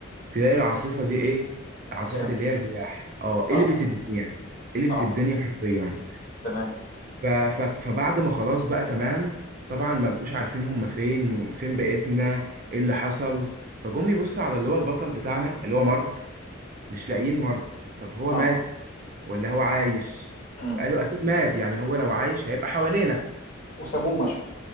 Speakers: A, on the right; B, on the left.
A: تلاقي العاصفة دي ايه عاصفة
B: اه
A: اللي هي الرياح اه قلبت
B: اه,
A: الدنيا قلبت
B: آه.
A: الدنيا حرفيا
B: تمام
A: ف... ف... فبعد ما خلاص بقى تمام طبعا ما بقوش عارفين هم فين وفين بقيتنا ايه اللي حصل فجم يبصوا على اللي هو البطل بتاعنا اللي هو مارك مش لاقيين مارك طب هو
B: اه
A: مات ولا هو عايش
B: مم.
A: فقالوا اكيد مات يعني هو لو عايش هيبقى حوالينا
B: وسابوه مشوا